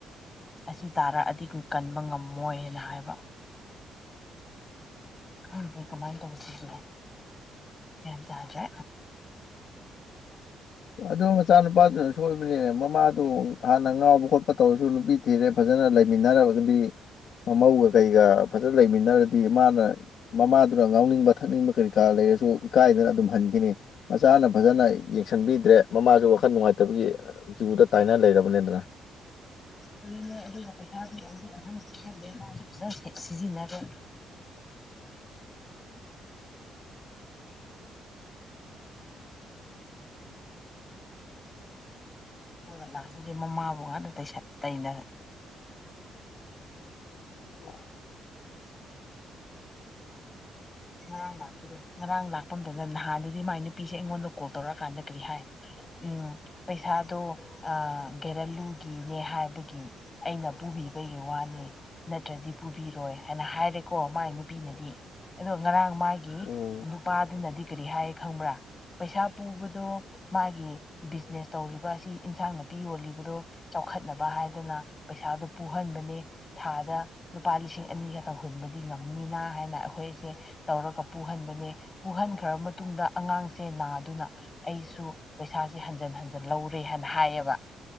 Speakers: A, on the left; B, on the left.
A: ꯑꯁꯤ ꯇꯥꯔꯑꯗꯤ ꯀꯟꯕ ꯉꯝꯝꯕ ꯃꯣꯏꯑꯅ ꯍꯥꯏꯕ ꯈꯪꯗ ꯀꯃꯥꯏꯅ ꯇꯧꯋꯁꯤꯒꯤ ꯀꯗ ꯍꯥꯏꯖ
B: ꯑꯗꯨꯣ ꯃꯆꯥꯅꯨꯄꯥꯗꯨꯅ ꯁꯣꯏꯕꯅꯦ ꯃꯃꯥꯗꯨ ꯍꯥꯟꯅ ꯉꯥꯎꯕ ꯈꯣꯠꯄ ꯇꯧꯔꯁꯨ ꯅꯨꯄꯤ ꯊꯤꯔꯦ ꯐꯖꯅ ꯂꯩꯃꯤꯟꯅꯔꯒꯗꯤ ꯃꯃꯧꯒ ꯀꯩꯒ ꯐꯖꯅ ꯂꯩꯃꯤꯟꯅꯔꯗꯤ ꯃꯥꯅ ꯃꯃꯥꯗꯨꯅ ꯉꯥꯎꯅꯤꯡꯕ ꯊꯛꯅꯤꯡꯕ ꯀꯔꯤ ꯀꯥ ꯂꯩꯔꯁꯨ ꯏꯀꯥꯏꯗꯅ ꯑꯗꯨꯝ ꯍꯟꯈꯤꯅꯤ ꯃꯆꯥꯅ ꯐꯖꯅ ꯁꯟꯕꯤꯗ꯭ꯔꯦ ꯃꯃꯥꯁꯨ ꯋꯥꯈꯜ ꯅꯨꯡꯉꯥꯏꯇꯕꯒꯤ ꯖꯨꯗ ꯇꯥꯏꯅ ꯂꯩꯔꯕꯅꯤꯗꯅ
A: ꯑꯗꯨ ꯑꯗꯨꯒ ꯄꯩꯁꯥꯗꯨꯖꯂꯦ ꯐꯖꯁꯦ ꯁꯤꯖꯤꯟꯅꯔꯣꯏ ꯂꯥꯛꯁꯦ ꯃꯃꯥꯕꯒꯗ ꯇꯩꯁꯠ ꯇꯩꯅ
B: <unintelligible>
A: ꯉꯥꯡ ꯉꯔꯥꯡ ꯂꯥꯛꯄꯝꯇꯅ ꯅꯍꯥꯟꯗꯨꯗꯤ ꯃꯥꯏ ꯅꯨꯄꯤꯁꯦ ꯑꯩꯉꯣꯟꯗ ꯀꯣꯜ ꯇꯧꯔꯛꯑꯀꯥꯟꯗ ꯀꯔꯤ ꯍꯥꯏ ꯎꯝ ꯄꯩꯁꯥꯗꯣ ꯑ ꯒꯦꯔꯜꯂꯨ ꯀꯤꯅꯦ ꯍꯥꯏꯕ ꯒꯤ ꯑꯩꯅ ꯄꯨꯕꯤꯕꯒꯤ ꯋꯥꯅꯤ ꯅꯠꯇ꯭ꯔꯗꯤ ꯄꯨꯕꯤꯔꯣꯏ ꯍꯥꯏꯅ ꯍꯥꯏꯔꯦꯀꯣ ꯃꯥꯏ ꯅꯨꯄꯤꯅꯗꯤ ꯑꯗꯣ ꯉꯔꯥꯡ ꯃꯥꯒꯤ
B: ꯎꯝ
A: ꯅꯨꯄꯥꯗꯨꯅꯗꯤ ꯀꯔꯤ ꯍꯥꯏ ꯈꯪꯕ꯭ꯔꯥ ꯄꯩꯁꯥ ꯄꯨꯕꯗꯣ ꯃꯥꯒꯤ ꯕꯤꯖꯤꯅꯦꯁ ꯇꯧꯔꯤꯕ ꯑꯁꯤ ꯏꯟꯁꯥꯡ ꯅꯥꯄꯤ ꯌꯣꯜꯂꯤꯕꯗꯣ ꯆꯥꯎꯈꯠꯅꯕ ꯍꯥꯏꯕ ꯍꯥꯏꯅ ꯄꯩꯁꯥꯗꯨꯣ ꯄꯨꯍꯟꯕꯅꯦ ꯊꯥꯗ ꯂꯨꯄꯥ ꯂꯤꯁꯤꯡ ꯑꯅꯤ ꯈꯛꯇꯪ ꯍꯨꯟꯕꯗꯤ ꯉꯝꯅꯤꯅ ꯍꯥꯏꯅ ꯑꯩꯈꯣꯏꯁꯦ ꯇꯧꯔꯒ ꯄꯨꯍꯟꯕꯅꯦ ꯄꯨꯍꯟꯈ꯭ꯔꯕ ꯃꯇꯨꯡꯗ ꯑꯉꯥꯡꯁꯦ ꯅꯥꯗꯨꯅ ꯑꯩꯁꯨ ꯄꯩꯁꯥꯁꯤ ꯍꯟ ꯍꯟ ꯂꯧꯔꯦ ꯍꯥꯏꯅ ꯍꯥꯏꯌꯦꯕ